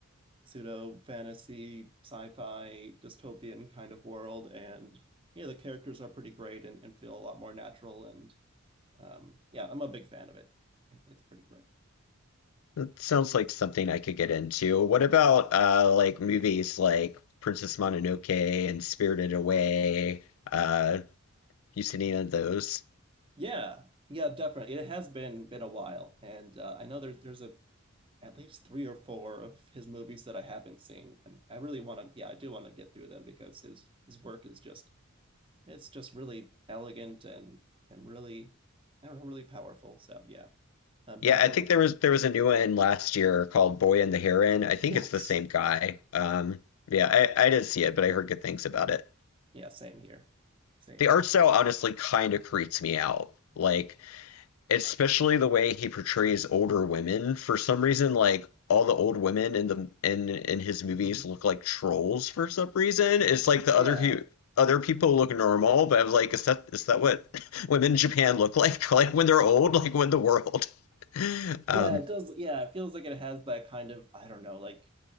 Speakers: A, on the right; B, on the left.
A: pseudo fantasy, sci-fi, dystopian kind of world, and yeah, the characters are pretty great and, and feel a lot more natural, and um, yeah, I'm a big fan of it. It- It's pretty great.
B: it sounds like something I could get into. What about uh, like movies like Princess Mononoke and Spirited Away? Uh, you seen any of those?
A: Yeah, yeah, definitely. It has been been a while, and uh, I know there's there's a at least three or four of his movies that I haven't seen, and I really want to. Yeah, I do want to get through them because his his work is just it's just really elegant and and really I don't know really powerful. So yeah, I'm
B: Yeah,
A: definitely
B: I think there was there was a new one last year called Boy and the Heron. I think
A: yes,
B: it's the same guy. Um, yeah, I, I didn't see it, but I heard good things about it.
A: yeah, same here, same
B: The
A: here.
B: art style honestly kind of creeps me out. Like, especially the way he portrays older women. For some reason, like all the old women in the in in his movies
A: <laughs>
B: look like trolls for some reason. It's like the
A: Yeah,
B: other hu- other people look normal, but I was like, is that is that what <laughs> women in Japan look like? <laughs> Like when they're old, like when the world. <laughs> Um,
A: yeah, it does. Yeah, it feels like it has that kind of I don't know like